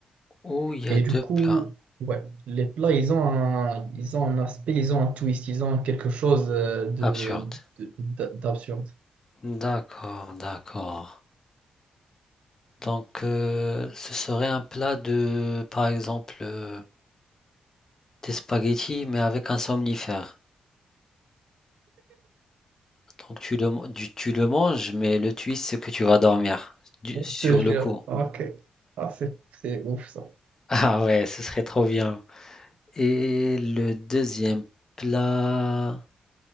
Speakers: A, on the left (about 25°); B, on the right (about 80°).
A: où il y
B: Et
A: a deux
B: du coup,
A: plats.
B: ouais, les plats, ils ont un, ils ont un aspect, ils ont un twist, ils ont quelque chose euh, de,
A: Absurde.
B: de- d'a- d'absurde.
A: D'accord, d'accord. Donc, euh, ce serait un plat de, par exemple, euh, des spaghettis, mais avec un somnifère. Donc, tu le, man- du- tu le manges, mais le twist, c'est que tu vas dormir du- sur
B: Je te jure.
A: le coup.
B: Ok. Ah, c'est, c'est ouf ça.
A: <laughs> Ah ouais, ce serait trop bien. Et le deuxième plat,